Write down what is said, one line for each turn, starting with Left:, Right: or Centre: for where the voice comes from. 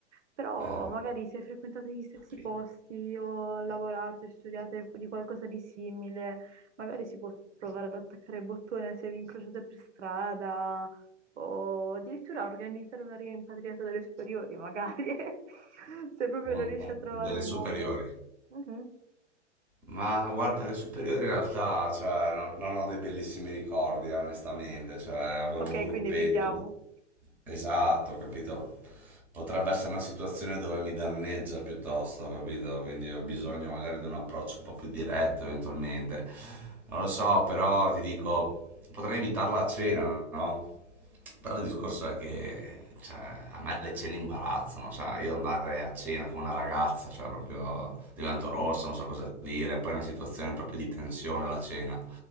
Right: Però
Centre: Ah,
Right: magari se frequentate gli stessi
Centre: capì.
Right: posti o lavorate, studiate di qualcosa di simile, Magari si può provare ad attaccare il bottone se vi incrociate per strada o addirittura organizzare una rimpatriata delle superiori, magari, <laughs> se proprio non
Centre: Un-
Right: riesci
Centre: un-
Right: a trovare
Centre: delle
Right: un
Centre: superiori.
Right: modo. Mhm.
Centre: Ma guarda, le superiori in realtà, cioè, no- non ho dei bellissimi ricordi, eh, onestamente, cioè, avevo
Right: Ok,
Centre: il mio gruppetto.
Right: quindi evitiamo.
Centre: di- Esatto, capito? Potrebbe essere una situazione dove mi danneggia piuttosto, capito? Quindi ho
Right: Mm.
Centre: bisogno magari di un approccio un po' più diretto eventualmente. Non lo so, però ti dico, potrei invitarla a cena, no? Però il discorso è che cioè, a me le cene imbarazzano, cioè io andare a cena con una ragazza, cioè proprio divento rossa, non so cosa dire, poi è una situazione proprio di tensione la cena.